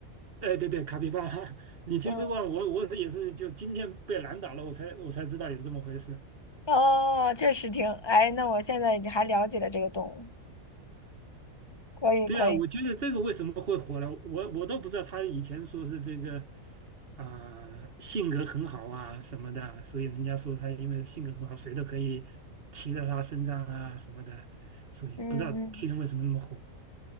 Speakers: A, on the right; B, on the left.
A: 哎对对，卡皮巴拉，<laughs> 你听说过？
B: 嗯
A: 我我也是就今天被难倒了，我才我才知道有这么回事。
B: 哦，确实挺哎。那我现在还了解了这个动物，可以可以，
A: 对啊，我觉得这个为什么会火了，我我都不知道。他以前说是这个啊、性格很好啊什么的，所以人家说他因为性格很好，谁都可以骑在他身上啊什么的，所以不知道去年为什么那么火
B: 嗯嗯。